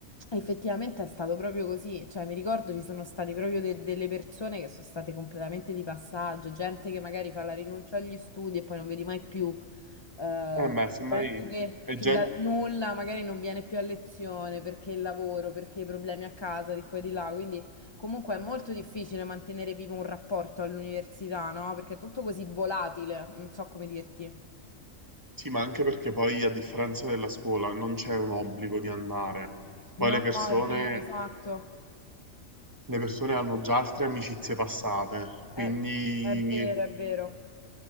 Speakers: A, on the left (about 30°); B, on the right (about 15°).
A: effettivamente è stato proprio così. Cioè, mi ricordo ci sono state proprio de- delle persone che sono state completamente di passaggio, gente che magari fa la rinuncia agli studi e poi non vedi mai più. Eh,
B: eh, ma semmai
A: gente che,
B: è
A: che
B: gente,
A: dal nulla magari non viene più a lezione perché il lavoro, perché i problemi a casa di qua e di là. Quindi comunque è molto difficile mantenere vivo un rapporto all'università, no? Perché è tutto così volatile, non so come dirti.
B: sì, ma anche perché poi a differenza della scuola non c'è un obbligo di andare. Poi
A: No,
B: le persone,
A: è vero, esatto.
B: le persone hanno già altre amicizie passate,
A: È,
B: quindi
A: è vero, è vero.